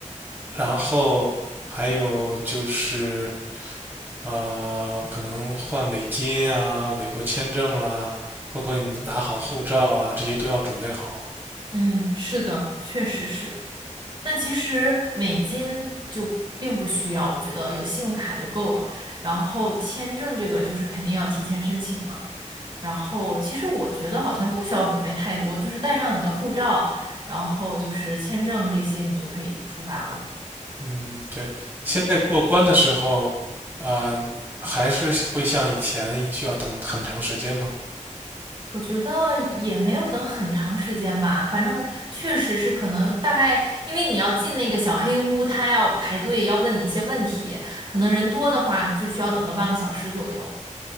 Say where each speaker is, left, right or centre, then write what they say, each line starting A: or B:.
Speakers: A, on the right; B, on the right.
A: 然后还有就是呃，可能换美金啊、美国签证啦，包括你拿好护照啊，这些都要准备好。
B: 嗯，是的，确实是。但其实美金就并不需要，我觉得有信用卡就够了。然后签证这个就是肯定要提前申请嘛。然后其实我觉得好像不需要准备太多，就是带上你的护照，然后就是签证这些，你就可以出发了。
A: 嗯，对，现在过关的时候，啊、还是会像以前需要等很长时间吗？
B: 我觉得也没有等很长时间吧，反正确实是可能大概，因为你要进那个小黑屋，他要排队，要问你一些问题，可能人多的话就需要等个半个小时左右。